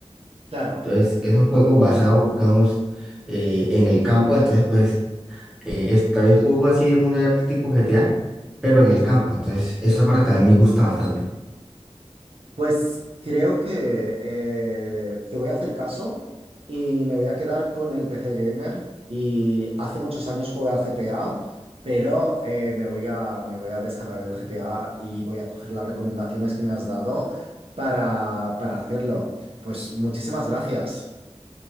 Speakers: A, on the right; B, in the centre.
A: Claro.
B: Entonces, es un juego basado, digamos, eh, en el campo, entonces, pues eh, está el juego así de mundo abierto tipo GTA, pero en el campo. Entonces, esa parte también me gusta bastante.
A: Pues creo que eh, te voy a hacer caso y me voy a quedar con el PC Gamer. Y hace muchos años jugué al GTA, pero eh, me voy a, me voy a descargar el GTA y voy a coger las recomendaciones que me has dado para, para hacerlo. Pues muchísimas gracias.